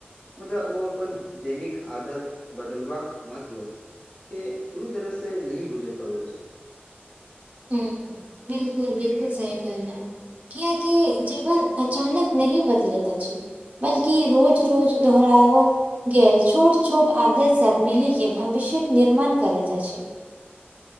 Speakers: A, on the left (about 20°); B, on the right (about 35°).
A: मुदा ओ अपन दैनिक आदत बदलबाक महत्व केँ पूरी तरह से नही भुजैत पाबैत अछी
B: हू बिल्कुल बिल्कुल सही कहले किया की जीवन अचानक नहि बदलैत अछि। बल्कि रोज रोज दोहराओल गेल छोट छोट आदत सब मिली केँ भविष्य केँ निर्माण करैत अछि